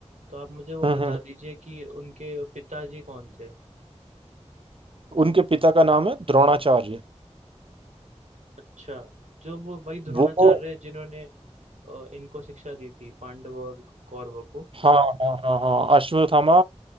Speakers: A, on the right; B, on the right.
A: तो आप मुझे वो
B: हम्म
A: बता
B: हम्म।
A: दीजिए कि उनके पिताजी कौन थे
B: उनके पिता का नाम है द्रोणाचार्य
A: अच्छा जो वो वही द्रोणाचार्य
B: वो
A: जिन्होंने अ, इनको शिक्षा दी थी पांडवों और कौरवों को
B: हाँ हाँ हाँ हाँ अश्वत्थामा